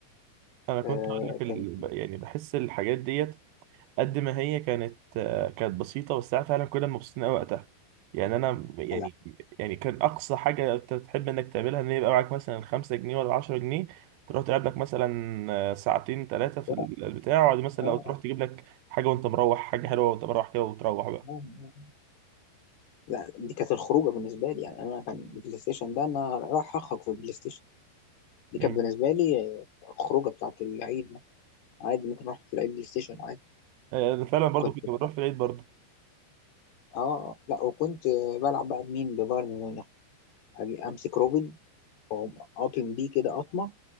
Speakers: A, on the right; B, on the left.
A: انا كنت
B: آه
A: اقول لك ال...
B: كان
A: ب-
B: في
A: يعني بحس الحاجات ديت قد ما هي كانت آه، كانت بسيطه بس ساعات فعلا كنا مبسوطين قوي وقتها يعني انا يعني
B: لا
A: يعني كان اقصى حاجه انت بتحب انك تعملها ان يبقى معاك مثلا 5 جنيه ولا 10 جنيه تروح تلعب لك مثلا آه، ساعتين ثلاثه في
B: آه،
A: ال- البتاع وبعد مثلا
B: آه،
A: لو تروح
B: آه.
A: تجيب لك حاجه وانت مروح حاجه حلوه وانت مروح كده وتروح
B: آه. آه. لا دي كانت الخروجة بالنسبة لي يعني أنا كان البلاي ستيشن ده أنا راح أخرج في البلاي ستيشن دي
A: بقى
B: كانت بالنسبة لي آه، الخروجة بتاعت العيد ده. عادي ممكن أروح في العيد بلاي ستيشن عادي
A: آه، انا فعلا برضو
B: كنت
A: كنت
B: بقى
A: بروح في العيد برضو
B: آه لا وكنت آه، بلعب بقى بمين ببايرن ميونخ أجي أمسك روبن وأقوم قاطم بيه كده قطمة